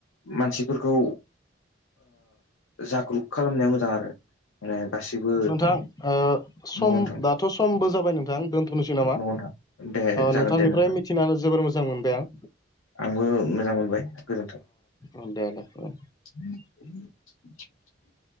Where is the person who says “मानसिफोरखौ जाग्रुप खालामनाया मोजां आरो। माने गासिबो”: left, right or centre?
Left